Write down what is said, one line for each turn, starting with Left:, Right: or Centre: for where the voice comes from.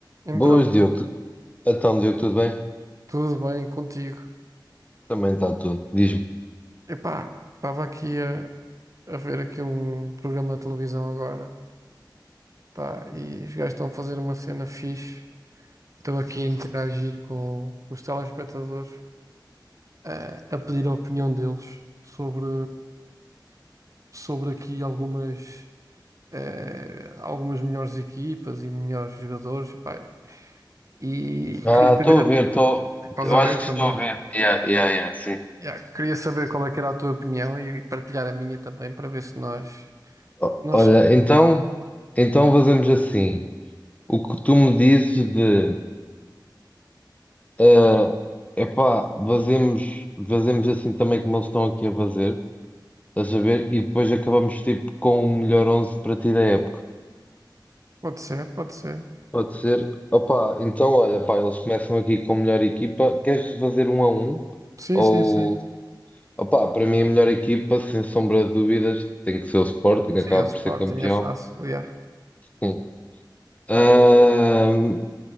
Right: Então,
Left: Boas, Diogo. Então, Diogo, tudo bem?
Right: tudo bem contigo?
Left: Também está tudo. Diz-me.
Right: Epá, estava aqui a, a ver aqui um programa de televisão agora, pá, e os gajos estão a fazer uma cena fixe. Estou aqui a interagir com os telespectadores, a, a pedir a opinião deles sobre, sobre aqui algumas, eh, algumas melhores equipas e melhores jogadores, pá. E
Left: Ah,
Right: queria
Left: estou
Right: saber,
Left: a
Right: a-
Left: ver, estou.
Right: estás
Left: Eu
Right: a
Left: acho
Right: ver
Left: que estou
Right: também?
Left: a ver. Yeah, yeah, yeah, sim.
Right: Yeah, queria saber qual é que era a tua opinião e partilhar a minha também para ver se nós...
Left: O-
Right: Nós
Left: Olha, então, então fazemos assim. O que tu me dizes de. ah, epá, fazemos, fazemos assim também como eles estão aqui a fazer. Estás a ver? E depois acabamos tipo com o melhor 11 para ti da época.
Right: Pode ser, pode ser.
Left: Pode ser. Opa, então olha, pá, eles começam aqui com a melhor equipa. Queres fazer um a um?
Right: Sim,
Left: Ou.
Right: sim, sim.
Left: Opa, para mim a melhor equipa, sem sombra de dúvidas, tem que ser o Sporting,
Right: Sim,
Left: acaba
Right: o Sporting
Left: por ser campeão.
Right: é fácil, yeah.
Left: Hum. Ahm,